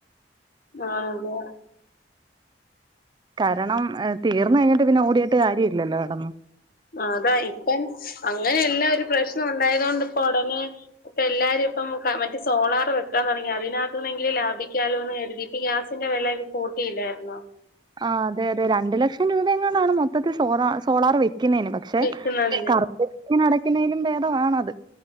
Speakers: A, on the left; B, on the right.
A: ആഹ് അതേ
B: കാരണം തീർന്ന് കഴിഞ്ഞിട്ട് പിന്നെ ഓടിയിട്ട് കാര്യം ഇല്ലല്ലോ കിടന്ന്
A: അതാ ഇപ്പോ അങ്ങനെ എല്ലാം ഒരു പ്രശ്നം ഉണ്ടായത് കൊണ്ട് ഇപ്പോ ഉടനെ ഇപ്പോ എല്ലാരും ഇപ്പോ മറ്റേ സോളാറ് വെക്കാൻ തുടങ്ങി അതിനാ എങ്ങനെയെങ്കിലും ലാഭിക്കാലോ എന്ന് കരുതീട്ട് ഗ്യാസിന്റെ വിലയൊക്കെ കൂട്ടില്ലായിരുന്നോ
B: ആഹ് അതെ അതെ രണ്ട് ലക്ഷം രണ്ടു ലക്ഷം രൂപ എങ്ങാണ്ടാണ് മൊത്തത്തിൽ സോളാ സോളാറ് വെക്കുന്നതിന് പക്ഷെ
A: വെക്കുന്നതിന്
B: കറണ്ട് <unintelligible> കുറ്റി നിറക്കുന്നതിലും ഭേദമാണത്